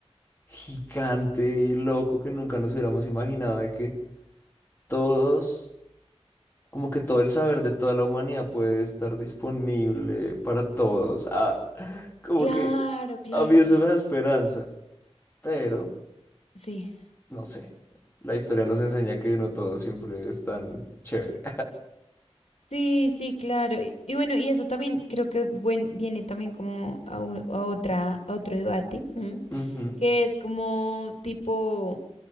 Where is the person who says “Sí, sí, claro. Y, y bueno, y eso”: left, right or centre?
Left